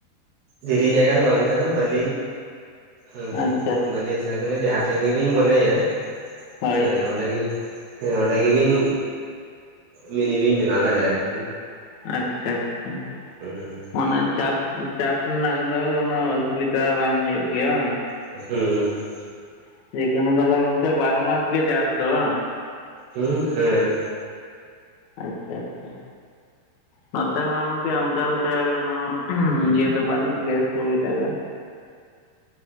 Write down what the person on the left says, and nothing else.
ᱟᱪᱪᱷᱟ
ᱦᱳᱭ
ᱟᱪᱪᱷᱟ ᱾
ᱢᱟᱱᱮ ᱪᱟᱥ ᱪᱟᱥ ᱨᱮᱱᱟᱜ ᱫᱚ ᱠᱚᱱᱳ ᱚᱥᱩᱵᱤᱫᱟ ᱵᱟᱝ ᱦᱩᱭᱩᱜ ᱜᱮᱭᱟ ᱵᱟᱝ?
<unintelligible> ᱛᱟᱦᱞᱮ ᱜᱚᱢᱠᱮ ᱵᱟᱨᱚ ᱢᱟᱥ ᱜᱮ ᱪᱟᱥ ᱫᱚ ᱵᱟᱝ?
ᱟᱪᱪᱷᱟ ᱟᱪᱪᱷᱟ᱾ ᱱᱚᱛᱮ ᱢᱟ ᱜᱚᱝᱠᱮ ᱚᱱᱠᱟ ᱞᱮᱠᱟ ᱠᱚᱱᱳ ᱤᱭᱟᱹ ᱫᱚ ᱵᱟᱹᱱᱩᱜ ᱜᱮᱭᱟ ᱥᱩᱵᱤᱫᱟ ᱫᱚ᱾